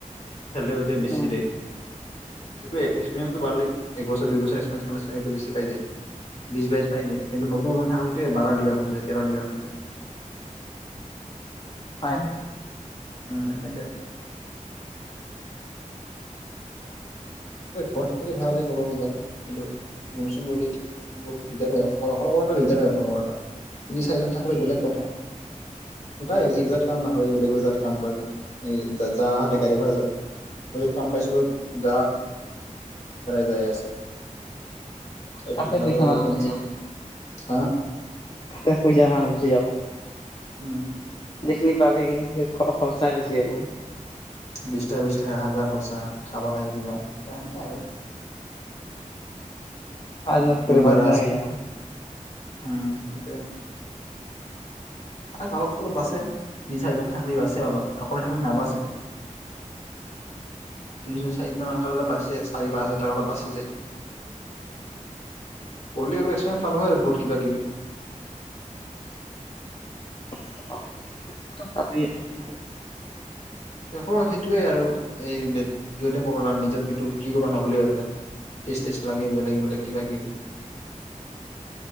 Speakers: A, on the left; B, on the left.
A: চেলিৰিটো বেছি
B: উম,
A: দে সেইটো এক্সপিৰিয়েঞ্চটো ভালে এক বছৰ দুই বছৰ এক্সপিৰিয়েঞ্চ থাকিলে চেলেৰী টো বেছি পাই যে বিশ বাইশ পাই যায় কিন্তু নতুন নতুন থাকলেত বাৰৰ দিবা খোজে তেৰ দিব খোজে
B: হয়
A: ওম সেনেকে ঘৰ থাকে ভাল হয় ক'ৰব যায় কিন্তু ৰুম চুম ৰলে বহুত দিগদাৰ হয় অ অকলটা দিগদাৰ হয় অ তিনি চাৰিজন থাকিলে বেলেগ কথা তই এক জেগাত কাম নাপাব বেলেগ বেলেগাত কাম পাবি এই যাতে গাড়ী ঘোড়া য মই যত কাম পাইছো য'ত যাই আছে এই
B: তাতে
A: ভূটনাথৰ
B: পইচা
A: পৰা
B: না গুচি
A: ফেঞ্চি
B: যাব
A: হা
B: থাতে শুই যাম আও গুচি যাব।
A: উম
B: যিখিনি পাবি সেইখিনি খ খৰচাই বেছি হব।
A: বিশ টকা বিশ টকা এহাজাৰ খৰচা খাবা লাগে কিবা এ সেনতে আৰু।
B: আজ ন
A: ৰুম
B: কৰি
A: ভাড়া
B: আজ নাই
A: আছে
B: যাব।
A: উম সেটোৱে আইক অলপ চলপ বাচছে তিনি চাৰিজন থাকিলিও বাচছে অলপ অকলে থাকিলি নাবাচে। <unintelligible> যে চাৰি পাঁচ হাজাৰ টকা অলপ বাচি যায়। পলডিকেল এক্সে্ পালো হয়। বহুত কিবা কিবি।
B: <unintelligible>
A: <inaudible> সেইটোয়ে আৰু এই বে। সিহঁতে কোৰান নিজৰ কিন্তু। কি কৰিব নহলে ইিহঁতে তেচ তেচ লাগে বেলেগ বেলেগ কিবা কিবি।